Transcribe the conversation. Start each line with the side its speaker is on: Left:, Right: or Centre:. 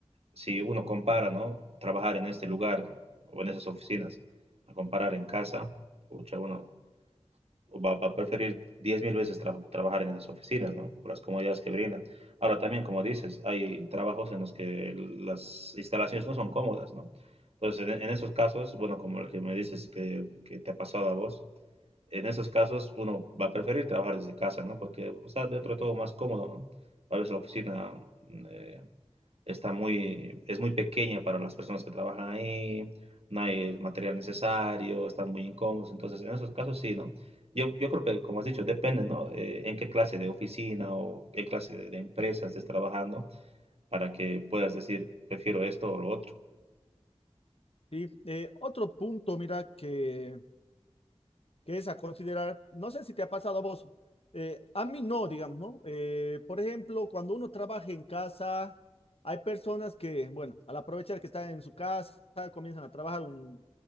Right: si uno compara, ¿no? Trabajar en este lugar o en esas oficinas, a comparar en casa, pucha, uno va, va a preferir diez mil veces tra- trabajar en esas oficinas, ¿no? Por las comodidades que brindan. Ahora también, como dices, hay trabajos en los que las instalaciones no son cómodas, ¿no? Entonces, en, en esos casos, bueno, como el que me dices que, que te ha pasado a vos, en esos casos uno va a preferir trabajar desde casa, ¿no? Porque está dentro de todo más cómodo, ¿no? A veces la oficina eh, está muy, es muy pequeña para las personas que trabajan ahí, no hay el material necesario, están muy incómodos, entonces en esos casos sí, ¿no? Yo, yo creo que, como has dicho, depende, ¿no? Eh, en qué clase de oficina o qué clase de, de empresa estés trabajando para que puedas decir, prefiero esto o lo otro.
Left: Y eh, otro punto, mira, que que es a considerar, no sé si te ha pasado a vos, eh, a mí no, digamos, ¿no? Eh, por ejemplo, cuando uno trabaja en casa, hay personas que, bueno, al aprovechar que están en su casa, comienzan a trabajar un,